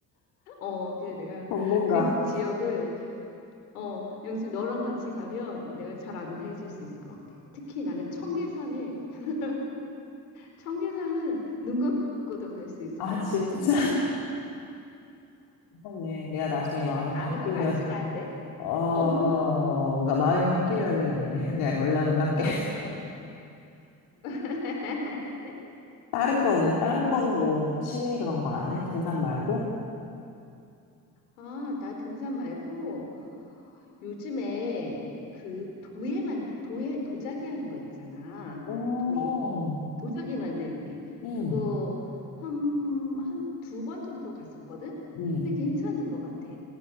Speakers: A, on the left (about 75°); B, on the left (about 60°).
A: 어, 근데 내가
B: 전문가.
A: 그 지역을 어, 영수 너랑 같이 가면 내가 잘 안내해 줄 수 있을 것 같아. 특히 나는 청계산에, <laughs> 청계산은 눈 감고도 갈 수 있을
B: 아,
A: 것 같아.
B: 진짜.
A: <laughs>
B: 그렇네. 내가 나중에 마음이
A: 다음에
B: 바뀌면,
A: 꼭 같이 가야 돼.
B: 어,
A: 어,
B: 그러니까 마음이 바뀌면은 이제 <laughs> 내가 연락을 할게. <laughs>
A: 어. <laughs>
B: 다른 거는, 다른 거는 뭐 취미 그런 거 안 해? 등산 말고?
A: 아, 나 등산 말고 요즘에 그 도예만, 도예, 도자기 하는 거 있잖아.
B: 오,
A: 도예. 도자기 만들기.
B: 음,
A: 그거 한, 한 두 번 정도 갔었거든?
B: 음.
A: 근데 괜찮은 것 같아.